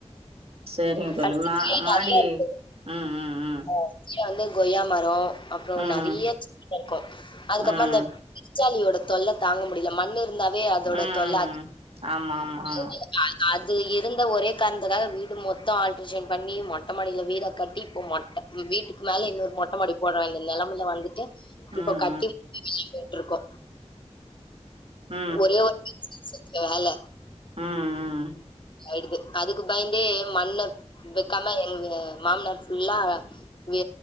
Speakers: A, on the right; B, on the left.
A: சரிங்க தோழி
B: ஃபர்ஸ்ட்
A: மா
B: கீழ
A: மாடி
B: நெறைய இருக்கு
A: ம் ம் ம்
B: ஆ கீழ வந்து கொய்யா மரோ அப்றோ
A: ம்
B: நெறைய <inaudible> இருக்கு அதுக்கப்பமா
A: ம்
B: அந்த பெருச்சாலியோட தொல்ல தாங்க முடில மண்ணு இருந்தாவே அதோட
A: ம்
B: தொல்ல அ
A: ஆமா ஆமா ஆமா
B: <inaudible> அது இருந்த ஒரே காரணத்துக்காக வீடு மொத்தோ ஆல்ட்ரேஷன் பண்ணி மொட்ட மாடில வீட கட்டி இப்ப மொட்ட வீட்டுக்கு மேல இன்னொரு மொட்ட மாடி போட வேண்டிய நெலமேல வந்துட்டு
A: ம்
B: இப்ப கட்டி <unintelligible> ருக்கோ
A: ம் ம்
B: ஒரே ஒரு பிக் ஸ்பேஸு வச்சு வேல
A: ம் ம்
B: ஆயிடுது அதுக்கு பயந்தே மண்ண வக்காம எங்க மாமனார் ஃபுல்லா வீ